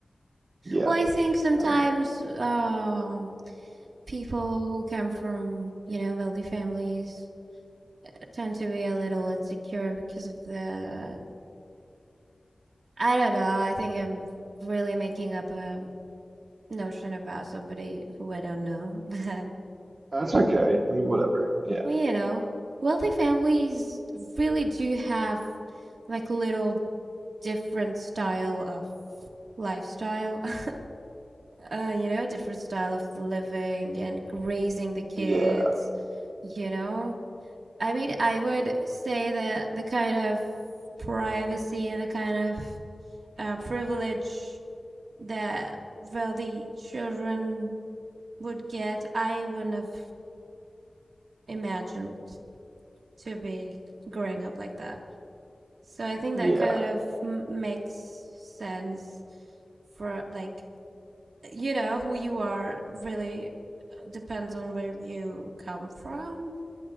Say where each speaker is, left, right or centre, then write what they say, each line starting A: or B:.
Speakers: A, on the right (about 60°); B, on the right (about 85°).
A: yeah,
B: Well, I think sometimes
A: I don't know.
B: um, people who come from you know wealthy families tend to be a little insecure because of the I don't know. I think I'm really making up a notion about somebody who I don't know. <laughs>
A: That's okay. I mean, whatever. Yeah,
B: But, well, you know, wealthy families really do have like little different style of lifestyle. <laughs> uh, you know, different style of living and raising the kids,
A: yeah,
B: you know. I mean, I would say that the kind of privacy and the kind of uh, privilege that wealthy children would get, I wouldn't have imagined to be growing up like that. So I think
A: yeah,
B: that kind of m- makes sense for like you know who you are really uh, depends on where you come from.